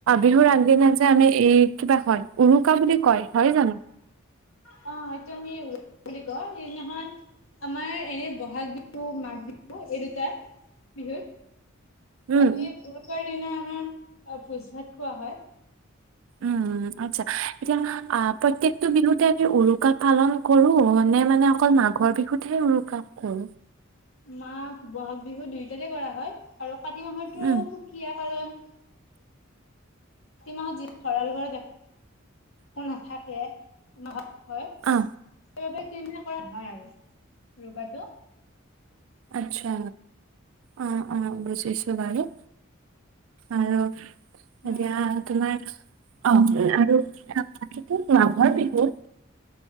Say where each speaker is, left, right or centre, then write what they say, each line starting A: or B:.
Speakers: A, on the right; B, on the left.
A: বিহুৰ আনদিনা যে আমি এই কিবা হয়। উৰুকা বুলি কয় হয় জানো?
B: অ হয়টো আমি বুলি কয়, সেইদিনাখন আমাৰ এনে বহাগ বিহু মাঘ বিহু এই দুটা বিহুত।
A: উম
B: আজি উৰুকাৰ। দিনা আমাৰ ভোজ ভাত খোৱা হয়
A: উম, আচ্ছা এতিয়া আহ প্ৰত্যেকটো বিহুতে আমি উৰুক পালন কৰো নে মানে অকল মাঘৰ বিহুতহে উৰুক কৰো।
B: মা বহাগ। বিহু দুইটাতে কৰা হয়, আৰু কাতি মাহৰতো
A: উম
B: সুকীয়া কাৰণ। প্ৰতিমাহত যি ভৰাল ঘৰত দে। নাথাকে আমাৰ সেইবাবে।
A: অ
B: কৰা হয় আৰু উৰুকা তো।
A: আচ্ছা, অ অ বুজিছো বাৰু আৰু
B: হয়
A: এতিয়া তোমাৰ। অ, আৰুটো মাঘৰ বিহুত।